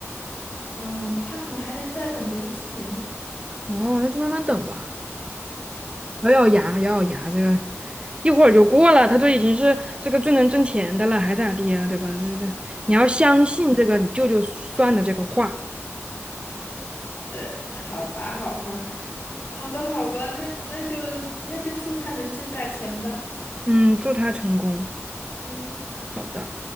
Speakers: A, on the left; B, on the right.
A: 嗯，他可能还得再等个六七年呢。
B: 哦，那就慢慢等吧。咬咬牙，咬咬牙，这个一会儿就过了。他都已经是这个最能挣钱的了，还咋地呀，对吧？这这，你要相信这个你舅舅算的这个话。
A: 呃，好吧，好吧，好吧，好吧，那那就那就祝他能挣大钱吧。
B: 嗯，祝他成功。
A: 嗯。
B: 好的。